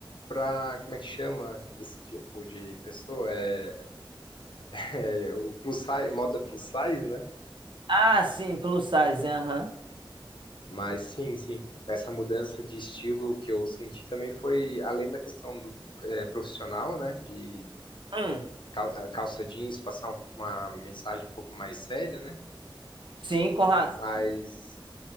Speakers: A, on the left (about 65°); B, on the right (about 65°).
A: para, como é que chama esse tipo de pessoa? É, é o plus size, moda plus size, né?
B: Ah, sim, plus size, aham.
A: Mas sim, sim, essa mudança de estilo que eu senti também foi além da questão do eh, profissional, né, de
B: Hum.
A: cal- eh, calça jeans, passar um- uma mensagem um pouco mais séria, né,
B: Sim, com razão.
A: mas